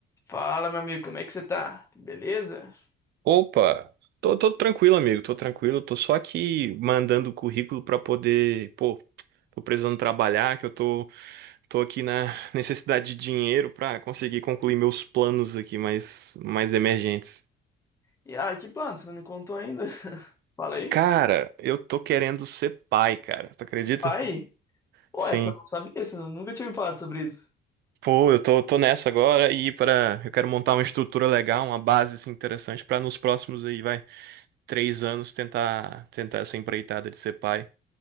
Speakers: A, on the left (about 15°); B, on the right (about 65°).
A: Fala, meu amigo, como é que você tá? Beleza?
B: Opa, tô, tô tranquilo, amigo, tô tranquilo, tô só aqui mandando currículo pra poder, pô, tô precisando trabalhar, que eu tô, tô aqui na <laughs> necessidade de dinheiro pra conseguir concluir meus planos aqui mais, mais emergentes.
A: E ah, que plano? Você não me contou ainda? <laughs> Fala aí.
B: Cara, eu tô querendo ser pai, cara, tu acredita?
A: Pai? Pô,
B: Sim.
A: essa eu não sabia, você nunca tinha me falado sobre isso.
B: Pô, eu tô, tô nessa agora e para eu quero montar uma estrutura legal, uma base assim, interessante pra nos próximos aí, vai, três anos tentar tentar essa empreitada de ser pai.